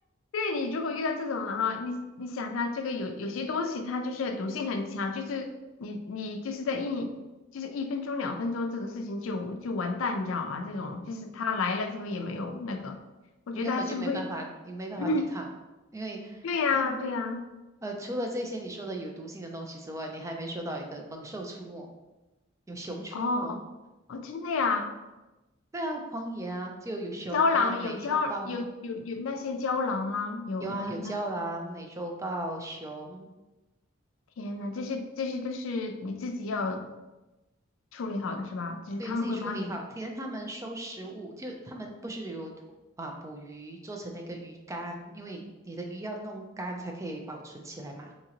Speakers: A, on the left; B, on the right.
A: 对你如果遇到这种，人哈，你你想下这个有有些东西它就是毒性很强，就是你你就是在一就是一分钟两分钟这种事情就就完蛋，你知道吗？这种就是他来了之后也没有那个，我觉得他是不是会？
B: 你根本就没办法，你没办法抵抗，
A: <clears throat>
B: 因为他们
A: 对呀对呀，
B: 呃，除了这些你说的有毒性的东西之外，你还没说到一个猛兽出没，有熊出没，
A: 哦哦真的呀，
B: 对啊，荒野啊，就有熊啊，
A: 胶囊有胶有有有那些胶囊啊，
B: 美洲豹啊，
A: 有那那
B: 有啊，有郊狼、美洲豹、熊，
A: 天呐，这些这些都是你自己要处理好的是吧？只是他们会帮你
B: 对自己处理好。体验他们收食物，就他们不是有啊捕鱼做成那个鱼干，因为你的鱼要弄干才可以保存起来嘛。